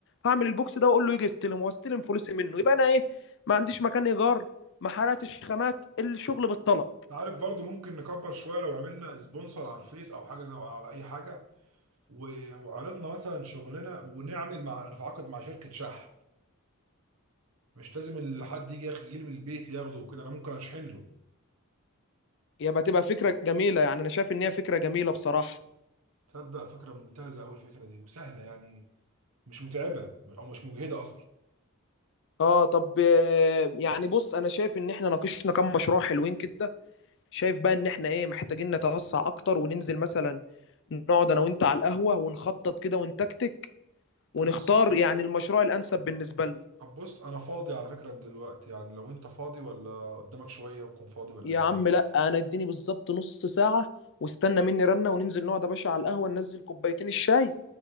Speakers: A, on the left; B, on the right.
A: هعمل البوكس ده واقول له يجي يستلم واستلم فلوسي منه يبقى انا ايه ما عنديش مكان ايجار ما حرقتش خامات الشغل بالطلب
B: أنت عارف برضو ممكن نكبر شوية لو عملنا سبونسر على الفيس أو حاجة زي على أي حاجة و- وعرضنا مثلا شغلنا ونعمل مع نتعاقد مع شركة شحن مش لازم ال- حد يجي ياخد- يجي لي من البيت ياخده وكده أنا ممكن أشحن له
A: يبقى تبقى فكره جميله يعني انا شايف ان هي فكره جميله بصراحه
B: تصدق فكرة ممتازة أوي الفكرة دي وسهلة يعني مش متعبة أو مش مجهدة أصلا
A: اه طب آه، يعني بص انا شايف ان احنا ناقشنا كام مشروع حلوين كده شايف بقى ان احنا ايه محتاجين نتوسع اكتر وننزل مثلا نقعد انا وانت على القهوة ونخطط كده ونتكتك ونختار
B: بص
A: يعني المشروع الانسب بالنسبة لنا
B: طب بص انا فاضي على فكرة دلوقتي يعني لو انت فاضي ولا قدامك شوية وتكون فاضي ولا
A: يا
B: ايه
A: عم لا انا اديني بالظبط نص ساعة واستنى مني رنة وننزل نقعد يا باشا على القهوة ننزل كوبايتين الشاي